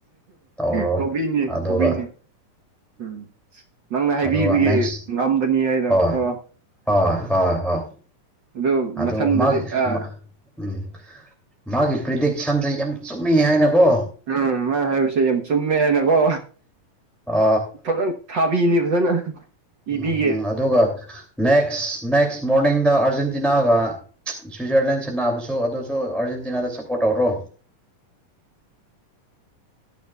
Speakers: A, in the centre; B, on the right.
A: ꯇꯧꯔꯣ
B: ꯇꯧꯕꯤꯅꯤ
A: ꯑꯗꯨꯒ
B: ꯇꯧꯕꯤꯅꯤ ꯎꯝ ꯅꯪꯅ ꯍꯥꯏꯕꯤꯕꯒꯦ
A: ꯑꯗꯨꯒ ꯅꯦꯛꯁ
B: ꯉꯝꯕꯅꯤ ꯍꯥꯏꯅ
A: ꯍꯣꯏ
B: ꯑꯣ
A: ꯍꯣꯏ ꯍꯣꯏ ꯍꯣꯏ
B: ꯑꯗꯨ
A: ꯑꯗꯣ
B: ꯃꯊꯟꯗꯗꯤ
A: ꯃꯥꯒꯤ
B: ꯑꯥ
A: ꯎꯝ ꯃꯥꯒꯤ ꯄ꯭ꯔꯤꯗꯤꯛꯁꯟꯁꯦ ꯌꯥꯝ ꯆꯨꯝꯃꯤ ꯍꯥꯏꯅꯀꯣ꯫
B: ꯎꯝ ꯃꯥ ꯍꯥꯏꯕꯁꯦ ꯌꯥꯝ ꯆꯨꯝꯃꯦ ꯍꯥꯏꯅꯀꯣ
A: ꯑ
B: ꯐꯖꯅ ꯊꯥꯕꯤꯅꯤ ꯐꯖꯅ
A: ꯎꯝ
B: ꯏꯕꯤꯒꯦ
A: ꯎꯝ ꯑꯗꯨꯒ ꯅꯦꯛꯁ ꯅꯦꯛꯁ ꯃꯣꯔꯅꯤꯡꯗ ꯑꯥꯔꯖꯦꯟꯇꯤꯅꯥꯒ꯫ ꯁ꯭ꯋꯤꯖꯔꯂꯦꯟ ꯁꯟꯅꯕꯁꯨ ꯑꯗꯨꯁꯨ ꯑꯥꯔꯖꯦꯟꯇꯤꯅꯥꯗ ꯁꯞꯄꯣꯔꯠ ꯇꯧꯔꯣ꯫